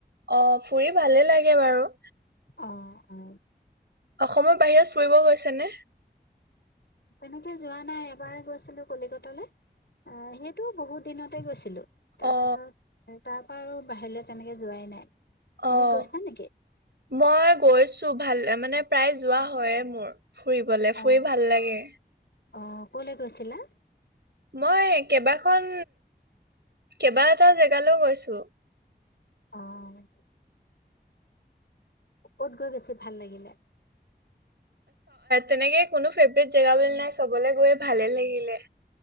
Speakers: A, on the right; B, on the left.
A: অ', ফুৰি ভালে লাগে বাৰু।
B: অ', অ'।
A: অসমৰ বাহিৰত ফুৰিব গৈছেনে?
B: তেনেকে যোৱা নাই এবাৰে গৈছিলো কলিকতালৈ অ', সেইটো বহুত দিনতে গৈছিলো। তাৰ
A: অ
B: পাছত তাৰ পৰা আৰু বা ধৰি লওঁ তেনেকে যোৱাই নাই। তুমি
A: অ',
B: গৈছা নেকি?
A: মই গৈছো। ভাল মানে প্ৰায় যোৱা হয়য়ে মোৰ। ফুৰিবলে,
B: অ',
A: ফুৰি ভাল লাগে।
B: অ', ক'লৈ গৈছিলা?
A: মই কেইবাখন কেইবা এটা জেগালৈ গৈছো।
B: অ'। ক'ত গৈ বেছি ভাল লাগিলে?
A: তেনেকে কোনো ফেভৰেট জেগা বুলি নাই চবলৈ গৈ ভালে লাগিলে।